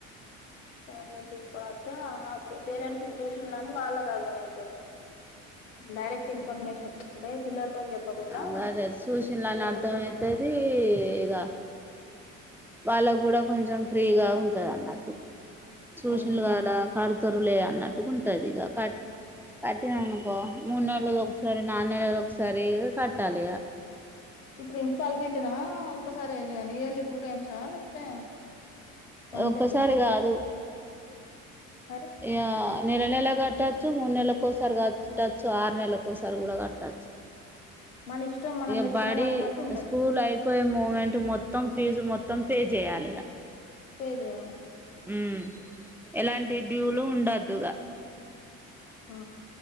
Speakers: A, on the left; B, in the centre.
A: సైన్ పెట్టిచ్చుకొని పోతే పేరెంట్స్ చూసిల్లని వాళ్ళకి అర్థం అయితది డైరెక్ట్ ఇన్ఫర్మషన్ అంటే పిల్లలతోని చెప్పకుండా
B: అ అదే చూచల్ల
A: అట్లా
B: అని అర్ధం
A: చెప్పడం
B: అయితది
A: అన్నారు
B: ఇగ వాళ్ళ కూడా కొంచెం ఫ్రీగా ఉ ఉంటద అన్నట్టు సూచన్లుగాడ
A: అవునా
B: కడుతరులే అన్నట్టుకుంటు ఇగ కట్ కట్టిన అనుకో మూడు నెల ఒకసారి నాలు నెలది ఒకసారి కట్టాలి ఇగ
A: ఇప్పుడు ఇన్స్టాల్మెంట్నా ఒక్కసారి ఇయర్లీ టూ టైమ్సా లేకపోతే వన్
B: ఒక్కసారి
A: టైమ్
B: కాదు
A: మరి
B: యా నెల నెల కట్టచ్చు మూడు నెలలకు ఒకసారి కట్టచ్చు ఆరు నెల్లకు ఒకసారి కూడా కట్టచ్చు
A: మన ఇష్టం మనం
B: ఇ
A: పెట్టుకున్న
B: బడి
A: దాన్ని బట్టి ఉంటది
B: స్కూల్ అయిపోయి మూమెంట్ మొ మొత్తం ఫీజు మొత్తం పే చేయాలిగా
A: పేజయాల
B: హ్మ్ ఎలాంటి డ్యూలు ఉండద్దుగా
A: ఆ